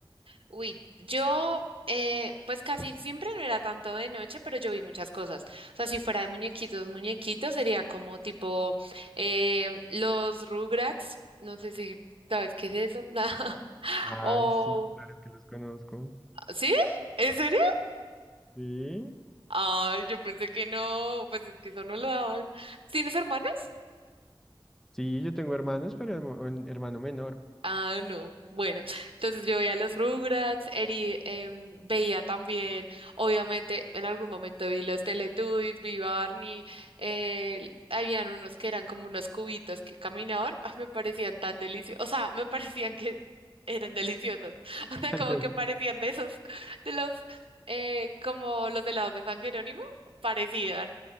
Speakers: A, on the right (about 85°); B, in the centre.
A: Uy, yo eh, pues casi siempre no era tanto de noche, pero yo vi muchas cosas. O sea, si fuera de muñequitos, muñequitos sería como tipo eh, los Rugrats, no sé si sabes qué es eso. <laughs>
B: Ay,
A: O,
B: sí, claro que los conozco.
A: ¿sí? ¿En serio?
B: Sí,
A: Ay, yo pensé que no, pues es que eso no lo daban. ¿Tienes hermanos?
B: sí, yo tengo hermanos, pero hermo- un hermano menor.
A: Ah, no. Bueno, entonces yo veía los Rugrats, eri- em, veía también, obviamente, en algún momento vi los Teletubbies, vi Barney, eh, habían unos que eran como unos cubitos que caminaban, <laughs> ah, me parecían tan deliciosos, o sea, me parecían que eran deliciosos, <laughs> o sea,
B: <laughs> Ándale.
A: como que parecían de esos, de los, eh, como los helados de San Jerónimo, parecían,